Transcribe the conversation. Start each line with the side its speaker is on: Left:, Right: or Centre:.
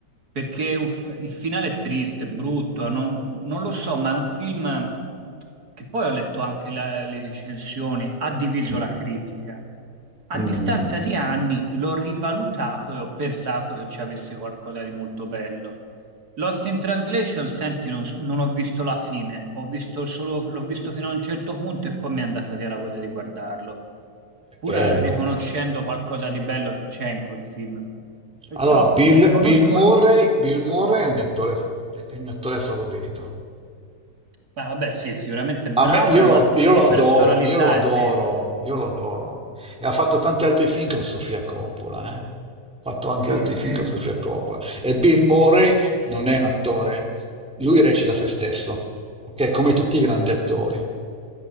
Right: perché è un f- il finale è triste, è brutto, non, non lo so, ma è un film che poi ho letto anche la- le recensioni, ha diviso
Centre: Mm,
Right: la critica. A
Centre: mm,
Right: distanza di anni l'ho rivalutato e ho pensato che ci avesse qualcosa di molto bello. Lost in Translation, senti, non, non ho visto la fine, ho visto solo- l'ho visto fino a un certo punto e poi mi è andata via la voglia di guardarlo pur
Centre: è bello.
Right: riconoscendo qualcosa di bello che c'è in quel film. Perciò
Centre: Allora, Bill,
Right: riconosco
Centre: Bill Murray,
Right: la...
Centre: Bill Murray è il mio attore, è il mio attore favorito.
Right: Beh, vabbè, sì, sicuramente bravo,
Centre: A me, io
Right: è
Centre: lo,
Right: un attore
Centre: io lo
Right: di personalità
Centre: adoro, io lo adoro,
Right: e di...
Centre: io lo adoro. E ha fatto tanti altri film con Sofia Coppola, eh. Ha fatto
Right: Sì,
Centre: anche altri film
Right: eh,
Centre: con Sofia Coppola. E Bill Murray non è un attore, lui recita se stesso, ok? Come tutti i grandi attori.